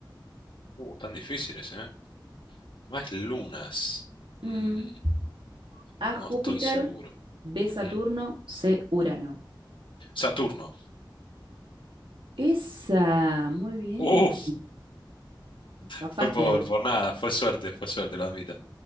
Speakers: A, on the left; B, on the right.
A: Uh, tan difíciles, ¿eh? Más lunas.
B: Mm,
A: Mm,
B: A,
A: no
B: Júpiter,
A: estoy seguro.
B: B,
A: Ujú.
B: Saturno, C, Urano.
A: Saturno.
B: Esa, muy bien.
A: Uh,
B: Bajaste
A: fue por,
B: ahí.
A: por nada, fue suerte, fue suerte, lo admito.